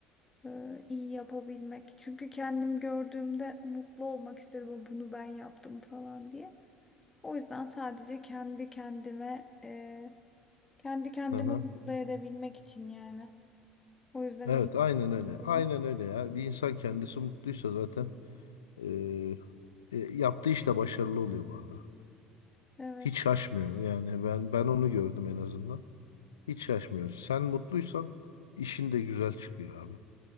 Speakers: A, on the left; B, on the left.
A: e, iyi yapabilmek. Çünkü kendim gördüğümde mutlu olmak isterim bunu ben yaptım falan diye. O yüzden sadece kendi kendime e, kendi kendimi
B: Hı hı.
A: mutlu edebilmek için yani. O yüzden
B: Evet
A: iyi.
B: aynen öyle. Aynen
A: yapıyorum.
B: öyle ya. Bir insan kendisi mutluysa zaten e, e, yaptığı işte başarılı oluyor bu arada.
A: Evet,
B: Hiç şaşmıyor yani ben ben onu gördüm en azından. Hiç şaşmıyorsun. Sen mutluysan işin de güzel çıkıyor abi.